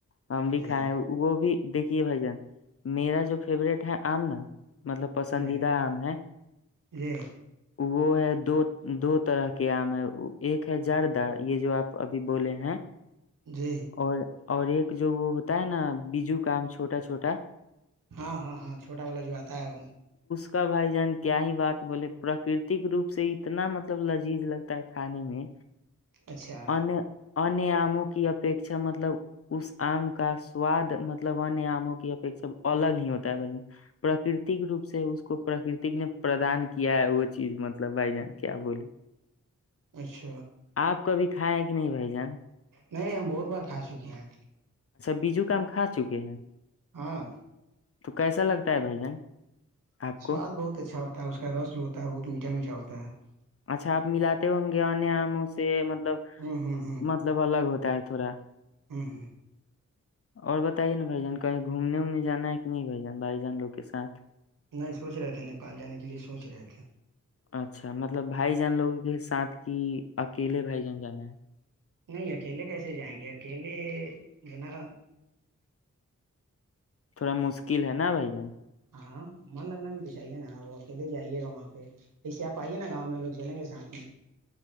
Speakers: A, on the left; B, on the right.
A: ہم بھی
B: جی
A: کھائیں وہ بھی۔ دیکھیے بھائی جان میرا جو فیورٹ ہے آم نا۔ مطلب پسندیدہ
B: جی
A: آم ہے۔
B: جی
A: وہ ہے دو۔ دو طرح کی ایک ہے جر دار یہ جو اپ ابھی بولیں ہیں۔
B: جی
A: اور‌۔ اور ایک جو وہ ہوتا ہے نا بیجو کام چھوٹا چھوٹا۔
B: ہا ہا ہا چھوٹا والا جو اتا ہے۔
A: تو بھائی جان کیا ہی بات بولے پراکرتی کے روپ سے اتنا مطلب لذیذ لگتا ہے کھانے میں۔
B: اچھا
A: انے انے عامک۔ یس۔ ایک اچھا مطلب اس عام کا سواد مطلب ان آمو کےادکتم الگ ہی ہوتا ہے پراکرتی کے روپ سےہی اس کو پراگرتی نے۔ پردان کیا ہے وہ چیز مطلب بھائی جان۔ کیا بولوں۔
B: اچھا۔
A: آپ کبھی کھایے ہے کہ نہیں بھائی جان۔
B: نہیں نہیں ہم بہت بار کھا چکے ہے۔
A: بیجو کا آم کھا چکے ہیں۔
B: ہاں۔
A: تو کیسا لگتا ہے بھائی جان۔ آپ کو
B: سواد بہت اچھا ہوتا ہے اس کا رس جو ہوتا ہے بہت میٹھا میٹھا ہوتا ہیں۔ <inaudible>
A: اچھا اپ ملاتے ہوں گے ان آمو سے۔ مطلب
B: ہوں ہوں
A: مطلب الگ ہوتے ہیں۔ <unintelligible>
B: ہم ہم۔
A: اور بتائیے نا بھائی جان کہی گھومنے ومنے جانا ہے کہ نہیں بھیجان بھائی جان لوگ کے ساتھ۔
B: نہیں سوچ رہے تھے نیپال جانے کے لیے سوچ رہے تھے
A: اچھا مطلب بھائی جان لوگوں کے ساتھ کی اکیلے بھائی جان جانا ہے۔
B: نہیں اکیلے کیسے جائیں گے اکیلے بھینا۔
A: تھوڑا مشکل ہے نا بھائی جان۔
B: ہاں من لگنا بھی تو چاہیے نا وہ اکیلے جائیے گا وہاں پے ایسے اپ ائیے نا یہاں پے ہم لوگ چلیں گے ساتھ میں۔